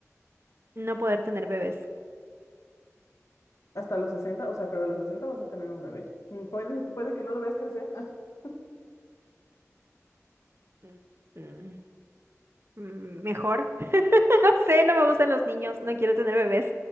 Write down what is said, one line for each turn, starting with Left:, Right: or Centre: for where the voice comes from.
Right: No poder tener bebés.
Left: Hasta los sesenta o sea, pero a los sesenta vas a tener un bebé. Mm, Puede, puede que no lo veas crecer. <laughs>
Right: Mm, mm, mm, Mejor. <laughs> No sé, no me gustan los niños. No quiero tener bebés.